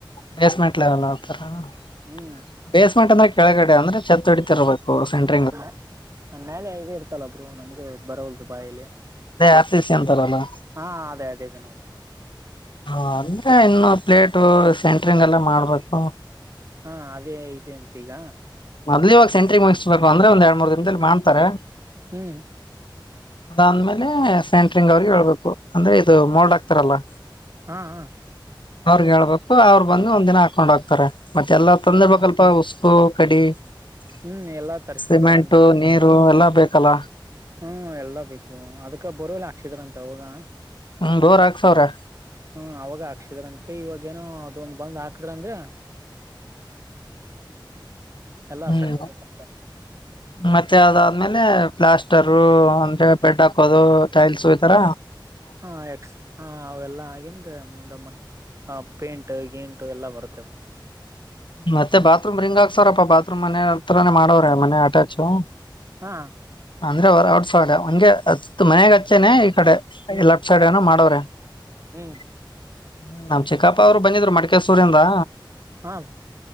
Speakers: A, on the left; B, on the right.
A: ಬೆಸ್ಮೆಂಟ್ ಲೆವೆಲ್ ಆತರ <inaudible>
B: ಹ್ಮ್
A: ಬೇಸ್ಮೆಂಟ್ ಅಂದ್ರೆ ಕೆಳಗಡೆ ಅಂದ್ರೆ ಚತ್ತ್ ಹೊಡತಿರ್ಬೇಕು ಹೂಂ ಸೆಂಟ
B: <unintelligible> ಮೇಲೆ ಇದು ಇರ್ತಲ್ಲ ಬ್ರೋ ನಮಗೂ ಬರವಲ್ದು ಬಾಯಲ್ಲಿ
A: ಅದೇ ಆರ್ ಸಿ ಸಿ ಅಂತಾರಲ್ಲಾ
B: ಹಾ ಅದೇ ಅದೇ ಅದೇ ನೋ
A: ಹ ಅಂದ್ರೆ ಇನ್ನು ಪ್ಲೇಟೂ ಸೆಂಟ್ರಿಂಗ್ ಎಲ್ಲಾ ಮಾಡ್ಬೇಕು
B: ಹಾ ಅದೇ ಇದೆ ಅಂತ ಈಗ
A: ಮೊದ್ಲಿವಾಗ ಸೆಂಟ್ರಿಂಗ್ ಮುಗಿಸ್ಬೇಕು ಅಂದ್ರೆ ಒಂದ್ ಎರಡ್ ಮೂರ್ ದಿನಂದಲ್ಲಿ ಮಾಡ್ತಾರೆ <inaudible>
B: ಹ್ಮ್
A: ಅದಾದ್ಮೇಲೆ ಸೆಂಟ್ರಿಂಗ್ ಅವ್ರಿಗೆ ಹೇಳ್ಬೇಕು ಅಂದ್ರೆ ಇದು ಮೋಲ್ಡ್ ಹಾಕ್ತಾರಲ್ಲಾ
B: ಹಾ ಹಾ.
A: ಅವ್ರಗ್ ಹೇಳ್ಬೇಕು ಅವ್ರು ಬಂದು ಒಂದ್ ದಿನ ಹಾಕೊಂಡ್ ಹೋಗ್ತಾರೆ ಮತ್ತೆ ಎಲ್ಲ ತಂದಿರ್ಬೆಕಲ್ಲಾ
B: ಹ್ಮ್
A: ಪ್ಪ ಉಸ್ಕು ಕಡಿ <inaudible>
B: ಹ್ಮ್ ಎಲ್ಲಾ ತರ್ಸಿದಾರಂತೆ
A: ಸಿಮೆಂಟು ನೀರು ಎಲ್ಲಾ ಬೇಕಲ್ಲಾ
B: ಹ್ಮ ಎಲ್ಲಾ ಬೇಕು ಬ್ರೋ ಅದಕ್ಕ ಬೊರವೆಲ್ಲ್ ಹಾಕ್ಸೀದಾರಂತೆ ಹೌದಾ
A: ಹ್ಮ ಬೋರ್ ಹಾಕ್ಸವ್ರೆ
B: ಹ್ಮ್ ಅವಾಗ ಹಾಕ್ಸಿದ್ರಂತೆ ಇವಾಗ ಏನೋ ಅದೊಂದ್ ಬಂದ್ ಹಾಕದ್ರ ಅಂದ್ರೆ
A: <inaudible>
B: ಎಲ್ಲಾ
A: ಹ್ಮ್
B: ಸರಿ ಹೋಗುತ್ತಂತೆ.
A: ಮತ್ತೆ ಅದಾದ್ಮೇಲೆ ಪ್ಲಾಸ್ಟರೂ ಅಂದ್ರೆ ಬೆಡ್ ಹಾಕೋದು ಟೈಲ್ಸು ಈ ತರಾ
B: <inaudible> ಹು ಹ ಅವೆಲ್ಲಾ ಆಗಿಂದ ಮುಂದಮ್ಮ ಪೇಂಟ್ ಗೀಂಟು ಎಲ್ಲಾ ಬರುತ್ತೇವ
A: ಮತ್ತೆ ಬಾತ್ರೂಮ್ ರಿಂಗ್ ಆಗ್ಸಾರಪ್ಪಾ ಬಾತ್ರೂಮ್ ಮನೆ ಹತ್ರಾನೆ ಮಾಡೋವ್ರ ಮನೆ ಅಟ್ಯಾಚು
B: ಹಾ
A: ಅಂದ್ರೆ ಹೊರಗ್ ಔಟ್ ಸೈಡ್ ಹಂಗೆ ಅತ್ತ್ ಮನೆಗೆ ಹಚ್ಚಿನೆ ಈ ಕಡೆ
B: ಹ್ಮ್
A: ಲೆಫ್ಟ್ ಸೈಡ್ ಏನೋ ಮಾಡವ್ರೆ.
B: ಹ್ಮ್
A: <inaudible> ನಮ್ ಚಿಕ್ಕಪ್ಪ ಅವ್ರು ಬಂದಿದ್ರು ಮಡಿಕೆಸೂರಿಂದಾ
B: ಹಾ.